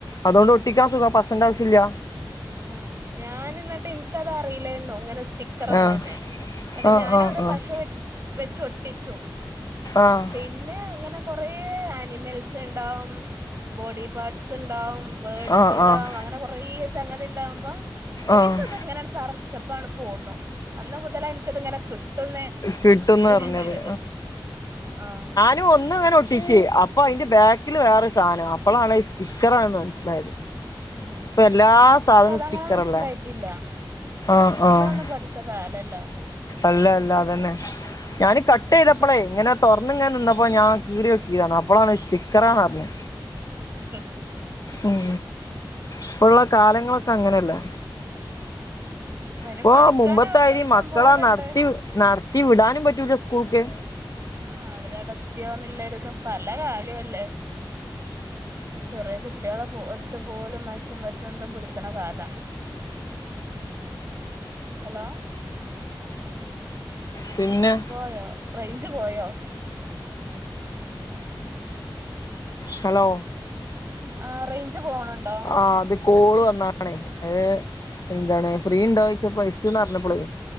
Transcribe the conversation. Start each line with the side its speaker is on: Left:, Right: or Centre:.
Left: അതുകൊണ്ട് ഒട്ടിക്കാൻ സുഖം പശന്റെ ആവശ്യല്ല.
Right: ആഹ് ഞാന് എന്നിട്ട് എനിക്കത് അറിയില്ലായിരുന്നു അങ്ങനെ സ്റ്റിക്കറാണെന്ന്
Left: ആഹ്
Right: ഇങ്ങട്
Left: ആഹ്
Right: ഞാനത്
Left: ആഹ്
Right: പശ വെ വെച്ച് ഒട്ടിച്ചു
Left: ആഹ്
Right: പിന്നെ അങ്ങനെ കൊറേ ആനിമൽസ് ഇണ്ടാവും ബോഡി പാട്സ് ഇണ്ടാവും ബേഡ്സ്
Left: ആഹ്
Right: ഇണ്ടാവും
Left: ആഹ്
Right: അങ്ങനെ കൊറേ സംഗതി ഉണ്ടാകുമ്പോ ഒരി
Left: ആഹ് ആഹ്
Right: സുഖം ഇങ്ങനെ പറ ച്ചപ്പാണ് പോന്നു അന്ന് മുതലായി ഇൻക്ക് ഇതങ്ങനെ കിട്ടുന്ന്
Left: കിട്ടുംന്ന്
Right: വിവരം
Left: പറഞ്ഞത്
Right: ഇണ്ടായത് ആഹ്
Left: ല് ഒന്ന് ഇങ്ങനെ ഒട്ടിച്ച് അപ്പൊ അതിന്റെ ബാക്കില് വേറെ സാനം അപ്പോളാണ് സ്റ്റിക്കറാണന്ന് മനസ്സിലായത്.
Right: ഉം
Left: ഇപ്പം എല്ലാ
Right: എനിക്കതങ്ങനെ
Left: സാധനവും സ്റ്റിക്കറല്ലേ
Right: മനസ്സിലായിട്ടില്ല
Left: ആഹ്
Right: നമ്മളൊന്നും
Left: ആഹ്
Right: പഠിച്ച കാലല്ല
Left: അല്ല അല്ല അതന്നെ ഞാന് കട്ട്
Right: അതൊക്കെ
Left: എയ്തപ്പളേ
Right: പിന്നെ
Left: ഇങ്ങനെ തുറന്ന് ഇങ്ങനെ നിന്നപ്പോ ഞാൻ കീറി നോക്കിയതാണ് അപ്പോളാണ് സ്റ്റിക്കറാന്ന് അറിഞ്ഞേ
Right: <unintelligible>
Left: ഉം ഇപ്പള്ള കാലങ്ങളൊക്കെ അങ്ങനെയല്ലേ
Right: ഇവന്
Left: ഇപ്പൊ
Right: പഠിക്കാൻ
Left: മുമ്പെത്തായിരി
Right: അവർക്ക് ഇഷ്ടം
Left: മക്കളാ
Right: പോലെണ്ട്
Left: നടത്തി നടത്തി വിടാനും പറ്റൂല സ്കൂൾക്ക്
Right: ആഹ് അവര അവിടെത്തിയോന്ന്ള്ള ഒരുതും പല കാലവും അല്ലേ ചെറിയ കുട്ടികളെ പോ എടുത്ത് പോവലും മയക്ക്മരുന്ന് ഇതും പിടിക്ക്ണ കാല ഹലോ
Left: പിന്നെ
Right: പോയോ റേഞ്ച് പോയോ
Left: ഹലോ
Right: ആ റേഞ്ച് പോണ് ഉണ്ടോ
Left: ആ അത് കോള് വന്നതാണേ അത് എന്താണ് ഫ്രീ ഇണ്ടോയിച്ചപ്പോ എട്ത്ത് എന്ന് പറഞ്ഞപ്പോളേ